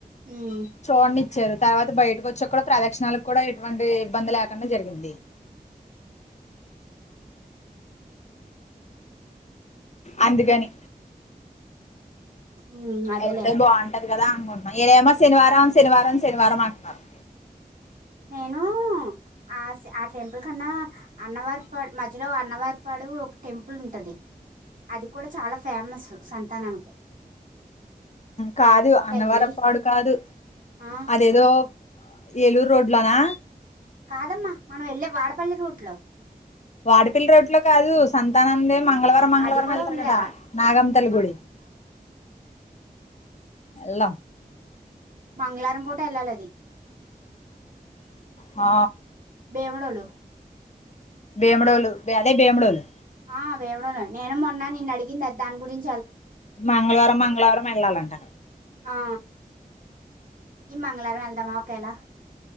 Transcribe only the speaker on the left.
చూడని ఇచ్చారు తర్వాత బయటకు వచ్చా కూడా ప్రదక్షిణలకు కూడా ఎటువంటి ఇబ్బంది లేక కన్నా జరిగింది అందుకని
అయితే బాగుంటది కదా అనుకుంటు ఆ ఈడేమో శనివారం, శనివారం, శనివారం అంటున్నరు.
కాదు అన్నవరపాడు
కాదు
అదేదో ఏలూర్ రోడ్లోనా
వాడ్పెల్లి రోడ్లో కాదు సంతానందే మంగళవారం మంగళవారం
ఎళ్తారు
గదా
నాగంతల్లి గుడి వెళ్దాం
హ
బేముడోలు అదే బేముడోలు
మంగళవారం, మంగళవారం ఎళ్ళాలంటా